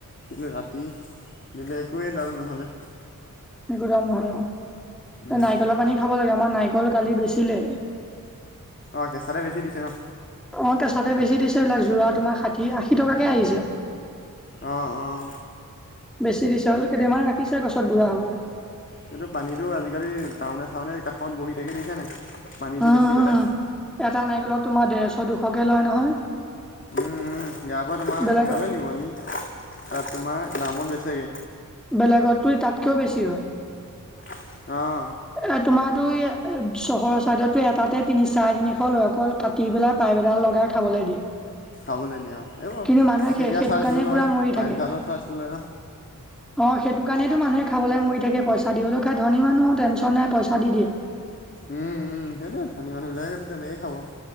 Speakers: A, on the left (about 35°); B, in the centre.
A: কিন্তু ৰাতি দিলে একোৱেই ডাল নহ'লে।
B: একো ডাল নহয় অ
A: উম
B: নাৰিকলৰ পানী খাব লাগে আমাৰ নাৰিকল কালি বেচিলে।
A: অ কেচাতে বেছি দিছে ন।
B: অ কেচাতে বেছি দিছে এইবিলাক যোৰা তোমাৰ ষাঠি আশী টকাকৈ আহিছে।
A: অঁ অঁ
B: বেছি দিছে হ'লে কেইদিমান ৰাখিছে গছত বুঢ়া হ'বলৈ।
A: এইটো পানীটো আজিকালি টাউনে চাউনে এই কাষত বহি থাকে দিছে নাই। পানীটো
B: উম হম
A: বেচি পেলাই
B: এটা নাইকলত তোমাৰ ডেৰশ দুশকে লয় নহয়।
A: উম উম গা পা তোমাৰ
B: বেলেগত
A: কমতে নিব নি তাত তোমাৰ দামো লৈছে
B: বেলেগত তাতকৈও বেছি হয়।
A: অ
B: এ তোমাৰ তো ই চহৰৰ চাইদতো এটাতে তিনি চাৰে তিনিশ লৈ অকল কাটি পেলাই পাই। লগাই খাবলৈ দিয়ে
A: খাবলৈ দিয়া অ এইবোৰ
B: কিন্তু মানুহে
A: কাটি
B: সেই
A: দিয়া
B: সেইটো
A: চাইছিলোঁ
B: কাৰণে
A: নহয়
B: পুৰা মৰি
A: পাইপ
B: থাকে।
A: ডালৰ চাইছিলোঁ নহয়।
B: অ সেইটো কাৰণেইেতো মানুহে খাবলৈ মৰি থাকে পইচা দি সেইো খাই ধনী মানুহ টেনচন নাই পইচা দি দিয়ে
A: উম উম সেইটো ধনী মানুহ বিলাকে তেনেকে খাব।